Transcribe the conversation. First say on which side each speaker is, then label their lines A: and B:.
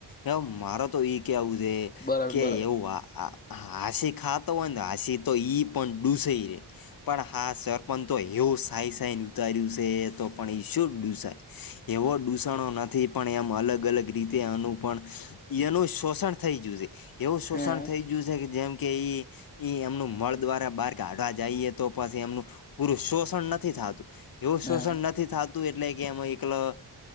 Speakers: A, on the left (about 55°); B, on the left (about 20°).
A: એ મારે તો ઈ કેવું છે.
B: બરડ
A: કે
B: બરડ
A: એવું આ આ હાસી ખાતો હોય ને હાસી તો ઈ પણ ડૂસય રે. પણ હા સરપંચ તો એવું સાય સાઈ ને ઉતાર્યું છે તો પણ ઈ શુંડ દૂસાય, એવો દૂસણો નથી પણ એમ અલગ અલગ રીતે આનુપણ એનું શોષણ થઈ ગય છે, એવું શોષણ
B: હા
A: થઈ ગયું છે જેમ કે એમનું મળ દ્વારા બહાર કાઢવા જઈએ. તો પછી એમનું પૂરું શોષણ નથી થાતું, એવું
B: હા
A: શોષણ નથી થાતું એટલે કે એમાં એકલા,